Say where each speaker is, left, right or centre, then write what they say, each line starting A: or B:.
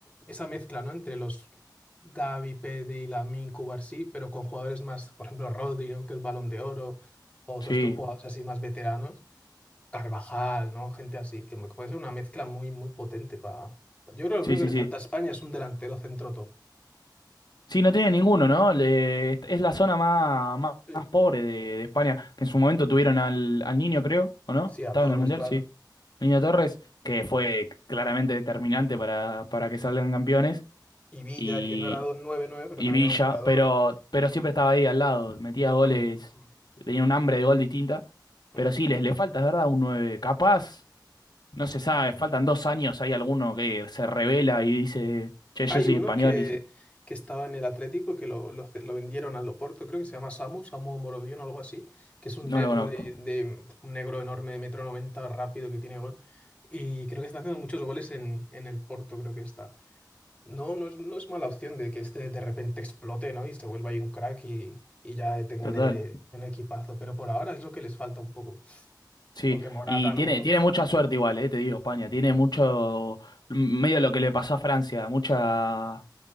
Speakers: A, on the left (about 15°); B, on the left (about 65°).
A: esa mezcla, ¿no? Entre los Gavi, Pedri, Lamine, Cubarsí, pero con jugadores más, por ejemplo, Rodri, ¿no? Que es Balón de Oro, o
B: Sí,
A: todos estos jugadores así más veteranos Carvajal, ¿no? Gente así, que me- puede ser una mezcla muy, muy potente para... Yo creo que lo
B: sí,
A: único
B: sí,
A: que le
B: sí.
A: falta a España es un delantero centro top.
B: Sí, no tiene ninguno, ¿no? Le- es la zona más, más,
A: Sí,
B: más pobre de, de España, que en su momento tuvieron al, al niño, creo, ¿o no?
A: Sí, a
B: Estaba
A: Torres,
B: en el Mundial,
A: claro.
B: sí. Niño Torres, que fue claramente determinante para, para que salgan campeones,
A: Y Villa,
B: y,
A: que no era 2 nueve nueve pero
B: y
A: también
B: Villa,
A: era un goleador.
B: pero, pero siempre estaba ahí al lado, metía goles,
A: Mm.
B: tenía un hambre de gol distinta,
A: mm.
B: pero sí, les le falta, es verdad, un nueve Capaz, no se sabe, faltan dos años, hay alguno que se revela y dice, che,
A: Hay
B: yo soy
A: uno
B: español,
A: que,
B: dice,
A: que estaba en el Atlético, que lo, lo, ce- lo vendieron al Oporto, creo que se llama Samu, Samu Morodion o algo así, que es un
B: no
A: negro
B: lo conozco.
A: de, de un negro enorme de metro 90 rápido, que tiene gol. Y creo que está haciendo muchos goles en, en el Porto, creo que está. No, no es, no es mala opción de que este de repente explote, ¿no? Y se vuelva ahí un crack y, y ya tengan
B: Total.
A: el, eh, un equipazo. Pero por ahora es lo que les falta un poco.
B: Sí,
A: Porque Morata
B: y tiene,
A: no.
B: tiene mucha suerte igual, eh, te digo, España. Tiene mucho, medio lo que le pasó a Francia, mucha